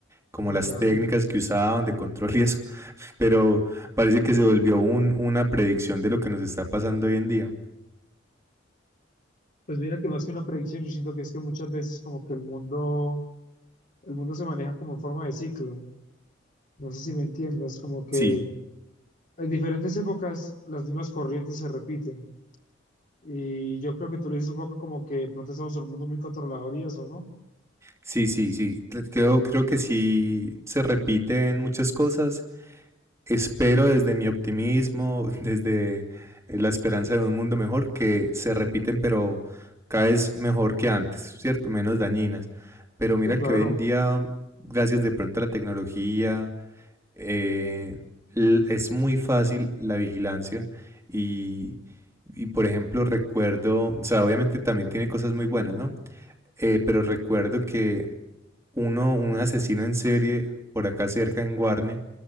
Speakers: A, on the right; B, on the left.
A: como
B: sí,
A: las
B: claro.
A: técnicas que usaban de control y eso, <laughs> pero parece que se volvió un, una predicción de lo que nos está pasando hoy en día.
B: Pues mira que más que una predicción, yo siento que es que muchas veces como que el mundo, el mundo se maneja como en forma de ciclo. No sé si me entiendes, como que
A: Sí,
B: en diferentes épocas las mismas corrientes se repiten. Y yo creo que tú lo dices un poco como que de pronto estamos en un mundo muy controlador y eso, ¿no?
A: sí, sí, sí, creo, creo que sí se repiten muchas cosas. Espero desde mi optimismo, <laughs> desde eh, la esperanza de un mundo mejor, que se repiten, pero cada vez mejor que antes, ¿cierto? Menos dañinas. Pero mira
B: Sí, claro.
A: que hoy en día, gracias de pronto a la tecnología, eh, l- es muy fácil la vigilancia y, y, por ejemplo, recuerdo, o sea, obviamente también tiene cosas muy buenas, ¿no? Eh, pero recuerdo que uno, un asesino en serie por acá cerca en Guarne,